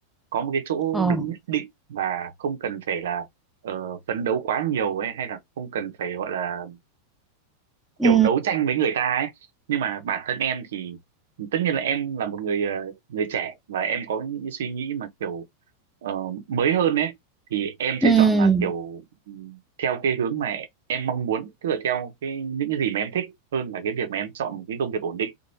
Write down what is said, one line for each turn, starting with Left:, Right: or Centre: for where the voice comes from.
Right: có một cái chỗ
Centre: Ồ.
Right: đứng nhất định và không cần phải là ờ, phấn đấu quá nhiều ấy hay là không cần phải gọi là
Centre: Ừ.
Right: kiểu đấu tranh với người ta ấy nhưng mà bản thân em thì tất nhiên là em là một người ờ, người trẻ và em có những cái suy nghĩ mà kiểu ờ, mới hơn ấy thì em
Centre: Ừ.
Right: sẽ chọn là kiểu ừm, theo cái hướng mà em mong muốn tức là theo cái những cái gì mà em thích hơn là cái việc mà em chọn một cái công việc ổn định